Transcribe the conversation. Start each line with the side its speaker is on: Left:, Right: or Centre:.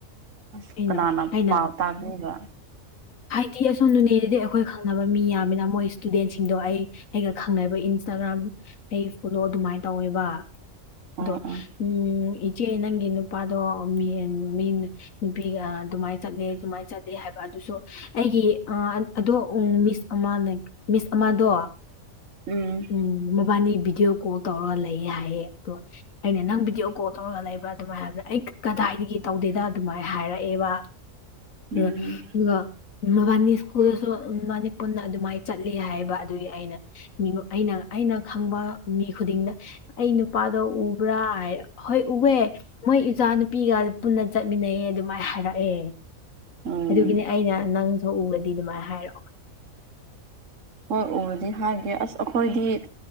Right: ꯑꯁ
Left: ꯑꯩꯅ
Right: ꯀꯅꯥꯅ
Left: ꯑꯩꯅ
Right: ꯄꯥꯎ ꯇꯥꯕꯤꯕ
Left: ꯍꯥꯏꯗꯤ ꯑꯁꯣꯝ ꯅꯣꯅꯦꯗꯗꯤ ꯑꯩꯈꯣꯏ ꯈꯪꯅꯕ ꯃꯤ ꯌꯥꯝꯃꯤꯅ ꯃꯣꯏ ꯏꯁꯇꯨꯗꯦꯟꯁꯤꯡꯗꯣ ꯑꯩ ꯑꯩꯒ ꯈꯪꯅꯕ ꯏꯟꯁꯇꯥꯒ꯭ꯔꯥꯝ ꯑꯩ ꯐꯣꯂꯣ ꯑꯗꯨꯃꯥꯏ ꯇꯧꯋꯦꯕ
Right: ꯑꯣ
Left: ꯑꯗꯣ
Right: ꯑꯣ
Left: ꯎꯝ ꯏꯆꯦ ꯅꯪꯒꯤ ꯅꯨꯄꯥꯗꯣ ꯃꯤ ꯌꯦꯟ ꯃꯤ ꯅꯨꯄꯤꯒ ꯑꯗꯨꯃꯥꯏ ꯆꯠꯂꯦ ꯑꯗꯨꯃꯥꯏ ꯆꯠꯂꯦ ꯍꯥꯏꯕ ꯑꯗꯨꯁꯨ ꯑꯩꯒꯤ ꯑꯥ ꯑꯗꯣ ꯎꯝ ꯃꯤꯁ ꯑꯃꯅ ꯃꯤꯁ ꯑꯃꯗꯣ
Right: ꯎꯝ
Left: ꯎꯝ ꯃꯕꯥꯅꯤ ꯚꯤꯗꯤꯑꯣ ꯀꯣꯜ ꯇꯧꯔꯒ ꯂꯩꯌꯦ ꯍꯥꯏꯌꯦ ꯑꯗꯣ ꯑꯩꯅ ꯅꯪ ꯚꯤꯗꯤꯑꯣ ꯀꯣꯜ ꯇꯧꯔꯒ ꯂꯩꯕ꯭ꯔꯥ ꯑꯗꯨꯃꯥꯏꯅ ꯍꯥꯏꯕꯗ ꯑꯩ ꯀꯗꯥꯏꯗꯒꯤ ꯇꯧꯗꯦꯗ ꯑꯗꯨꯃꯥꯏꯅ ꯍꯥꯏꯔꯛꯑꯦꯕ ꯍꯍ
Right: ꯎꯝ
Left: ꯑꯗꯨꯒ ꯃꯕꯥꯅꯤ ꯁ꯭ꯀꯨꯜꯗꯁꯨ ꯃꯕꯥꯅꯤ ꯄꯨꯟꯅ ꯑꯗꯨꯃꯥꯏ ꯆꯠꯂꯤ ꯍꯥꯏꯕ ꯑꯗꯨꯒꯤ ꯑꯩꯅ ꯃꯤꯡ ꯑꯩꯅ ꯑꯩꯅ ꯈꯪꯕ ꯃꯤ ꯈꯨꯗꯤꯡꯗ ꯑꯩ ꯅꯨꯄꯥꯗꯣ ꯎꯕ꯭ꯔꯥ ꯍꯥꯏꯔ ꯍꯣꯏ ꯎꯋꯦ ꯃꯣꯏ ꯏꯖꯥꯅꯨꯨꯄꯤꯒ ꯄꯨꯟꯅ ꯆꯠꯃꯤꯟꯅꯩꯌꯦ ꯑꯗꯨꯃꯥꯏꯅ ꯍꯥꯏꯔꯛꯑꯦ
Right: ꯎꯝ
Left: ꯑꯗꯨꯒꯤꯅꯦ ꯑꯩꯅ ꯅꯪꯁꯨ ꯎꯔꯗꯤ ꯑꯗꯨꯃꯥꯏ ꯍꯥꯏꯔꯣ
Right: ꯍꯣꯏ ꯎꯔꯗꯤ ꯍꯥꯏꯒꯦ ꯑꯁ ꯑꯩꯈꯣꯏꯗꯤ